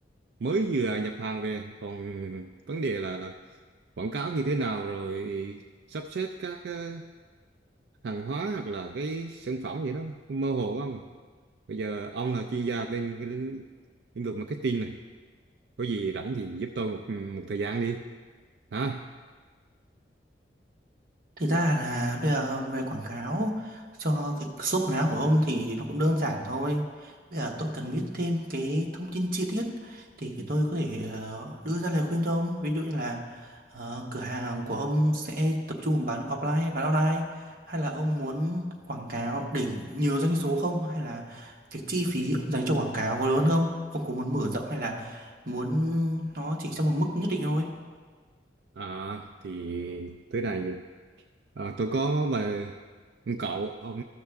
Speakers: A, on the right; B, on the right.
A: mới vừa nhập hàng về. Còn vấn đề là, là quảng cáo như thế nào rồi sắp xếp các ờ, hàng hóa hoặc là cái sản phẩm gì đó mơ hồ quá không à. Bây giờ ông là chuyên gia bên cái lĩnh lĩnh vực marketing này có gì rảnh thì giúp tôi một, một thời gian đi hả
B: Thực ra là bây giờ về quảng cáo cho cái số quần áo của ông thì nó cũng đơn giản thôi. Bây giờ tôi cần biết thêm cái thông tin chi tiết thì tôi có thể ờ, đưa ra lời khuyên cho ông. Ví dụ như là ờ, cửa hàng của ông sẽ tập trung bán offline, bán online hay là ông muốn quảng cáo để nhiều doanh số không hay là cái chi phí ông dành cho quảng cáo có lớn không? Ông có muốn mở rộng hay là muốn nó chỉ trong một mức nhất định thôi?
A: à, thì tới này à, tôi có bà một cậu ông